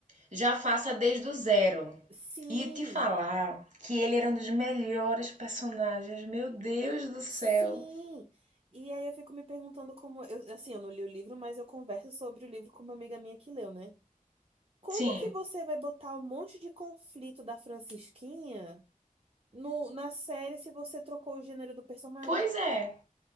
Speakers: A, on the right (about 60°); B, on the right (about 45°).
A: já faça desde o zero.
B: Sim,
A: E te falar que ele era um dos melhores personagens, meu Deus do céu.
B: sim. E aí eu fico me perguntando como. Eu, assim, eu não li o livro, mas eu converso sobre o livro com uma amiga minha que leu, né? Como
A: Sim,
B: que você vai botar um monte de conflito da Francisquinha no, na série se você trocou o gênero do personagem?
A: pois é.